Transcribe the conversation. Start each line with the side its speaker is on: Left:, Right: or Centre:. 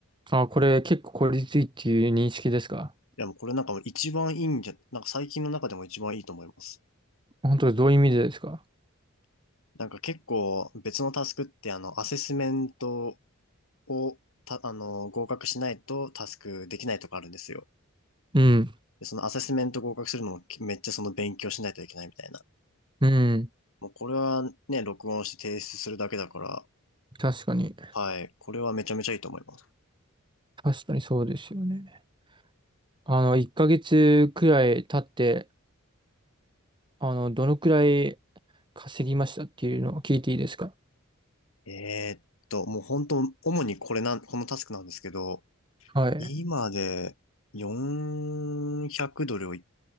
Right: あ、これ、結構効率いいっていう認識ですか
Left: いや、もうこれなんかもう一番いいんじゃ、なんか最近の中でも一番いいと思います。
Right: 本当、どういう意味でですか
Left: なんか結構別のタスクってあの、アセスメントをた、あの、合格しないとタスクできないとかあるんですよ。
Right: うん
Left: で、そのアセスメント合格するのもめっちゃその勉強しないといけないみたいな。
Right: うん。
Left: もうこれはね、録音して提出するだけだから、
Right: 確かに。
Left: はい、これはめちゃめちゃいいと思います。
Right: 確かにそうですよね。あの、1ヶ月くらい経って、あの、どのくらい稼ぎましたっていうのを聞いていいですか
Left: えーっと、もう本当、主にこれなん、このタスクなんですけど、
Right: はい。
Left: 今で400ドルを言っ